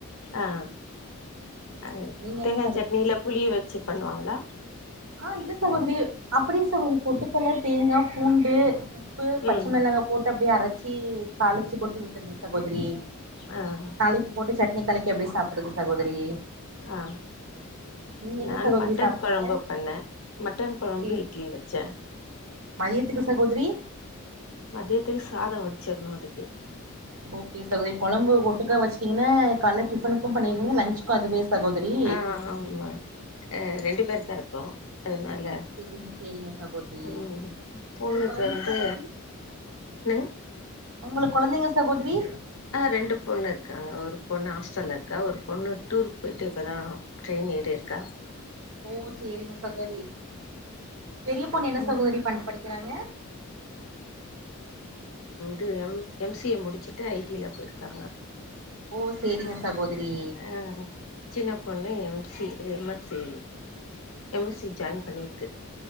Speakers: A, on the left; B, on the right.
A: அ அ
B: நீங்க
A: தேங்கா
B: என்ன
A: சட்னில புளி வச்சி பண்ணுவாங்ளா
B: அ இல்ல சகோதரி அப்புடி சகோதரி போட்டு கல்ல தேங்கா பூண்டு உப்பு பச்ச
A: ம்
B: மிளகா போட்டு அப்டியே அரச்சி தாளிச்சு கொட்டி ஊத்துனு சகோத்ரி
A: ஆ
B: தாளிப்பு போட்டு சட் இன்ன காலைக்கு எப்டி சாப்ட்றது சகோதரி
A: ஆ
B: நீங்க என்ன
A: நான்
B: சகோதரி
A: மட்டன்
B: சாப்ட்டீங்க
A: கொழம்பு பண் ன மட்டன் ககொழம்பு
B: ஏ
A: இட்லி வச்ச
B: மதியத்துக்கு சகோதரி
A: மதியத்துக்கு சாதொ வட் சர்ணு அதுக்கே
B: ஓகே சகோதுரி கொழம்பு ஒட்டுக்கா வச்சுட்டீங்னா கால்ல டிஃபனுக்கு பண்ணிருவிங்க லன்ஞ்ச்கு அதுவே சகோதரி
A: அ ஆமா அ ரெண்டு பேயிருக்கறு இப்ப அதனால
B: சேரிங்க சேரிங்க சகோதரி
A: உம் உம் பொண்ணுக்கு
B: உங்க கொழந்த
A: வந்து
B: சகோதரி
A: என்னங்க
B: உங்களுக்கு கொழந்தைங்க சகோதரி
A: ஆஹ் ரெண்டு பொண்ணு இருக்காங்க ஒரு பொண்ணு ஹாஸ்டல்ல இருக்கா ஒரு பொண்ணு டூருக்கு போயிட்டு இப்பதா ட்ரெயின் ஏறிக்கா
B: ஓ சேரிங்க சகோதரி பெரிய பொண்ணு என்ன
A: ம்
B: சகோதரி பன் படிக்கிறாங்க
A: து எம் எம் சி ஏ முடிச்சுட்டு ஐ டி யில போயிருக்காங்க
B: ஓ சேரிங்க சகோதரி
A: ஆஹ் சின்ன பொண்ணு M C M X A M S C join பண்ணிருக்கு